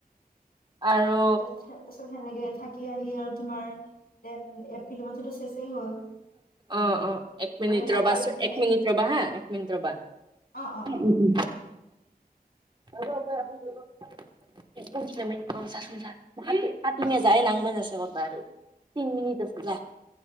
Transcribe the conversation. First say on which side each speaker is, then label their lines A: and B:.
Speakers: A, on the right; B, on the left.
A: আৰু
B: তাৰছত সেনেকে থাকি আহ সি আৰু তোমাৰ দেন এপ্ৰিল মাহটোতো চেছে হ'ল।
A: অ' অ' এক মিনিট
B: দেন
A: ৰবাছ
B: আকৌ
A: এক
B: মে
A: মিনিট ৰবা হা এক মিনিট ৰবা
B: অ অ অ
A: উ উ আৰু এটা আজি ব্যৱস্থা কৰিম। <inaudible> <unintelligible> তিন মিনিট আছে যা